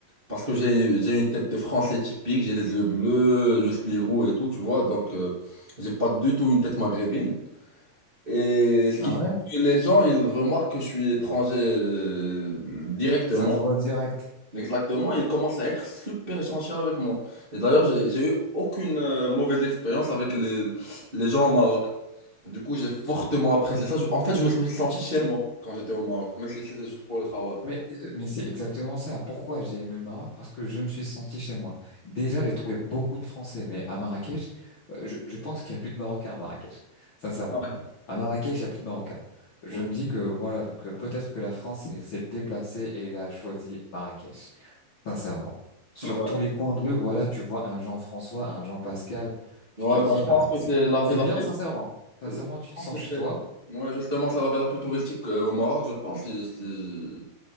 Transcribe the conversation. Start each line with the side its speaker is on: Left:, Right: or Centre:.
Right: Parce que j'ai, j'ai une tête de Français typique, j'ai les yeux bleus, je suis roux et tout, tu vois, donc euh, j'ai pas du tout une tête maghrébine. Et ce qui
Left: Ah
Right: fait
Left: ouais?
Right: que les gens, ils remarquent que je suis étranger euh, directement.
Left: Ça se voit direct.
Right: Exactement, il commence à être super gentil avec moi. Et d'ailleurs, j'ai j'ai eu aucune euh, mauvaise expérience avec les, les gens au Maroc. Du coup, j'ai fortement apprécié ça. Je- en fait, je me suis senti chez moi quand j'étais au Maroc, même si c'était juste pour le travail.
Left: Mais, euh, mais c'est exactement ça. Pourquoi j'ai aimé le Maroc? Parce que je me suis senti chez moi. Déjà, j'ai trouvé beaucoup de Français, mais à Marrakech, euh, je, je pense qu'il y a plus de Marocains à Marrakech, sincèrement.
Right: Ouais,
Left: À Marrakech, il y a plus de Marocains. Je
Right: Donc,
Left: me dis que voilà, donc euh, peut-être que la France s'est s'est déplacée et elle a choisi Marrakech, sincèrement. Sur
Right: ouais,
Left: tous les coins de rue, voilà, tu vois un Jean-François, un Jean-Pascal,
Right: Ouais,
Left: tu te dis,
Right: bah, je pense
Left: bah,
Right: que
Left: c'est
Right: c'est la ville
Left: c'est
Right: la
Left: bien,
Right: plus...
Left: sincèrement. Sincèrement,
Right: euh, je
Left: tu te
Right: pense
Left: sens
Right: que
Left: chez
Right: c'est-
Left: toi.
Right: Ouais, justement, c'est la ville la plus touristique euh, au Maroc, je pense. Si- si-